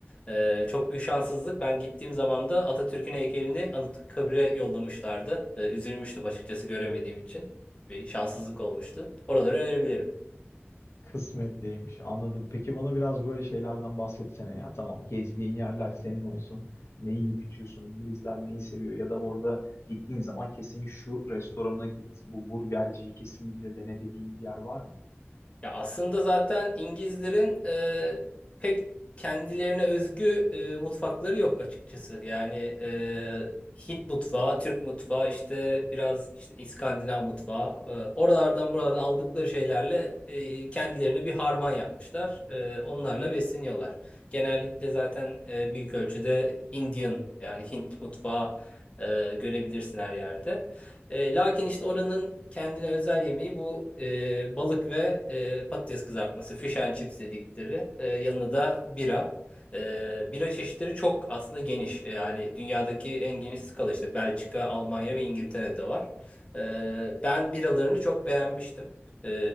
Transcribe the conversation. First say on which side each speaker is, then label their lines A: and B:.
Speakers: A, on the left (about 25°); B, on the left (about 75°).
A: E, çok büyük şanssızlık. Ben gittiğim zaman da Atatürk'ün heykelini Anıtkabir'e yollamışlardı. E, üzülmüştüm açıkçası göremediğim için bir şanssızlık olmuştu. Oraları önerebilirim.
B: Kısmetliymiş. Anladım. Peki bana biraz böyle şeylerden bahsetsene ya. Tamam, gezdiğin yerler senin olsun. Ne yiyip içiyorsun? İngilizler neyi seviyor? Ya da orada gittiğin zaman kesin şu restorana git, bu burgerciyi kesinlikle dene dediğin bir yer var mı?
A: Ya aslında zaten İngilizlerin e, pek kendilerine özgü e, mutfakları yok açıkçası. Yani e, Hint mutfağı, Türk mutfağı, işte biraz işte İskandinav mutfağı. e, oralardan buradan aldıkları şeylerle e, kendilerine bir harman yapmışlar. E, onlarla besleniyorlar. Genellikle zaten e, büyük ölçüde Indian yani Hint mutfağı e, görebilirsin her yerde. E, lakin işte oranın kendine özel yemeği bu e, balık ve e, patates kızartması, fish and chips dedikleri. E, yanına da bira. E, bira çeşitleri çok aslında geniş. E, yani dünyadaki en geniş skala işte Belçika, Almanya ve İngiltere'de var. E, ben biralarını çok beğenmiştim. E,